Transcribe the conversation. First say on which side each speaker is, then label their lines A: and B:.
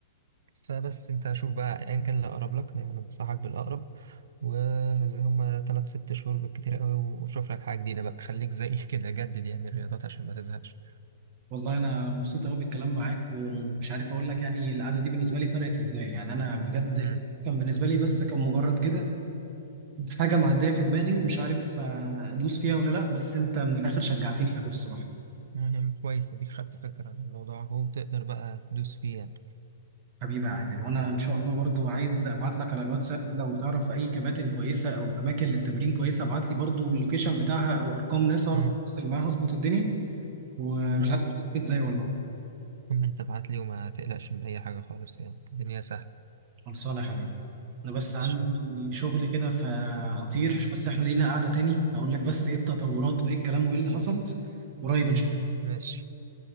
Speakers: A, on the right (about 70°); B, on the right (about 30°).
A: فبس أنت شوف بقى أيا كان اللي أقرب لك دايما أنصحك بالأقرب وهما تلات ست شهور بالكتير قوي وشوف لك حاجة جديدة بقى خليك زي <laughs> كده جدد يعني الرياضات عشان ما تزهقش
B: والله أنا مبسوط قوي بالكلام معاك ومش عارف أقول لك يعني القعدة دي بالنسبة لي فرقت إزاي يعني أنا بجد
A: امم
B: كان بالنسبة لي بس كان مجرد كده حاجة معدية في دماغي ومش عارف آه، أدوس فيها ولا لأ بس أنت من الآخر شجعتني قوي الصراحة
A: يعني كويس اديك خدت فكرة عن الموضوع اهو وتقدر بقى تدوس فيه يعني
B: حبيبي يا عادل وانا ان شاء الله برضو عايز ابعت لك على الواتساب لو تعرف اي كباتن كويسه او اماكن للتمرين كويسه ابعت لي برضو اللوكيشن بتاعها او ارقام ناس اعرف
A: امم
B: اتواصل معاها اظبط الدنيا ومش
A: بس
B: عارف أشوفك ازاي والله
A: المهم انت ابعت لي وما تقلقش من اي حاجة خالص يعني الدنيا سهلة
B: خلصانه يا حبيبي انا بس
A: ماشي
B: عندي
A: يلا
B: شغل كده فهطير بس احنا لينا قعده تاني اقول لك بس ايه التطورات وايه الكلام وايه اللي حصل قريب
A: قول
B: ان شاء
A: يعني
B: الله
A: ماشي